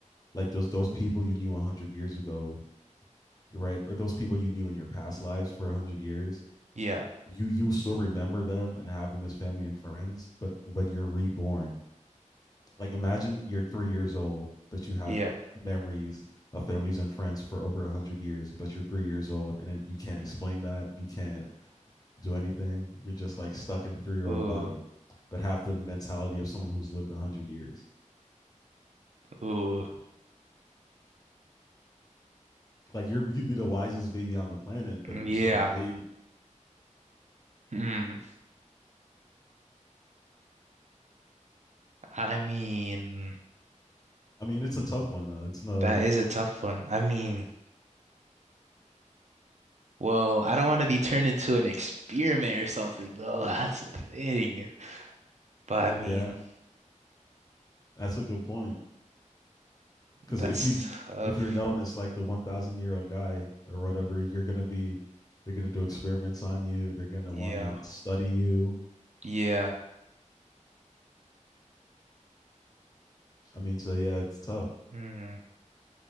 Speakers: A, on the left; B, on the right.
A: like those those people you knew one hundred years ago, right? Or those people you knew in your past lives for one hundred years.
B: yeah,
A: You you still remember them and have them as family and friends, but when you're reborn, like imagine you're three years old, but you have
B: yeah.
A: memories of families and friends for over 100 years but you're three years old and it, you can't explain that you can't do anything. You're just like stuck in the three year
B: Ooh,
A: old body, but have the mentality of someone who's lived a hundred years.
B: ooh,
A: Like you're you'd be the wisest baby on the planet, but
B: yeah.
A: you're still a baby.
B: Hmm. I mean,
A: I mean, it's a tough one though. It's no,
B: that is a tough one. I mean, well, I don't want to be turned into an experiment or something, though. <laughs> That's the thing. But I mean,
A: yeah,
B: Yeah.
A: that's a good point. Because
B: that's
A: if you
B: tough.
A: if you're known as like the one thousand year old guy or whatever, you're gonna be they're gonna do experiments on you. They're gonna
B: Yeah.
A: want to study you.
B: Yeah.
A: I mean, so yeah, it's tough,
B: Hmm.